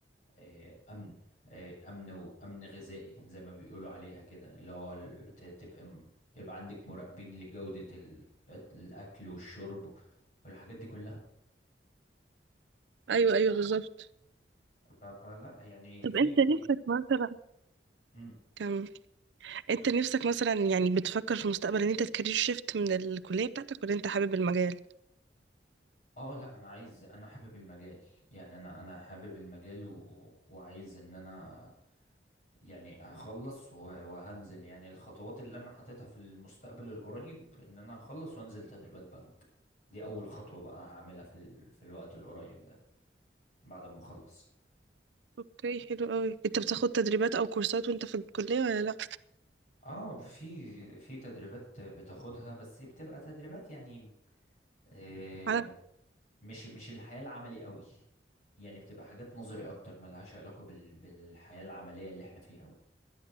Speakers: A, on the left; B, on the right.
A: آه، امن آه، امن وامن غذائي زي ما بيقولوا عليها كده اللي هو ال- ت- تبقى م- يبقى عندك مراقبين لجوده ال- الاكل والشرب والحاجات دي كلها
B: ايوه ايوه بالظبط
A: ف- فلا يعني
B: طب
A: في
B: انت
A: في
B: نفسك مثلا
A: مم.
B: كم انت نفسك مثلا يعني بتفكر في المستقبل ان انت تكارير شيفت من الكليه بتاعتك ولا انت حابب المجال
A: اه لا انا عايز انا حابب المجال يعني انا انا حابب المجال و... وعايز ان انا يعني اخلص و... وهنزل يعني الخطوات اللي انا حاططها في المستقبل القريب ان انا اخلص وانزل تدريبات بنك دي اول خطوة بقى هعملها في ال... في الوقت القريب ده بعد ما اخلص
B: اوكي حلو قوي انت بتاخد تدريبات او كورسات وانت في الكليه ولا لا
A: اه في في تدريبات بتاخدها بس بتبقى تدريبات يعني آه،
B: على
A: مش مش الحياة العملي قوي يعني بتبقى حاجات نظري اكتر ملهاش علاقة بال... بالحياة العملية اللي احنا فيها